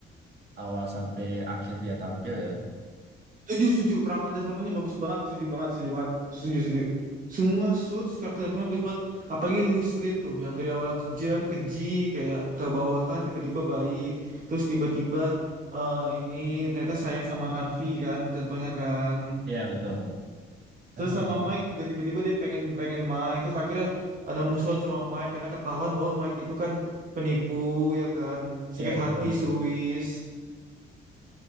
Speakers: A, on the right; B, on the right.
A: awal sampai akhir dia tampil ya.
B: Setuju, setuju. Karakter development bagus banget. Setuju banget, setuju banget. Setuju, setuju. Semua suits karakter development bagus banget. Apalagi Louis Litt tuh. Yang dari awalnya kejam, keji, kayak ke bawahan, tiba-tiba baik. Terus tiba-tiba eh, ini ternyata sayang sama Harvey kan, contohnya kan.
A: Iya betul.
B: Terus
A: Ah,
B: sama Mike juga tiba-tiba dia pengen pengen Mike. Terus akhirnya ada musuhan sama Mike karena ketahuan bahwa Mike itu kan penipu, ya kan. Sakit
A: Iya betul.
B: hati si Louis.